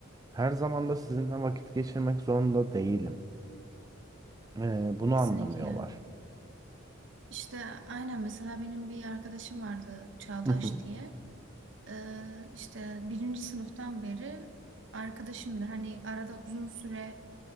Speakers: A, on the right; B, on the right.
A: her zaman da sizinle vakit geçirmek zorunda değilim. Ee, bunu
B: Kesinlikle.
A: anlamıyorlar.
B: İşte aynen mesela benim bir arkadaşım vardı Çağdaş
A: Hı hı.
B: diye. Ee, işte birinci sınıftan beri arkadaşımdır. Hani arada uzun süre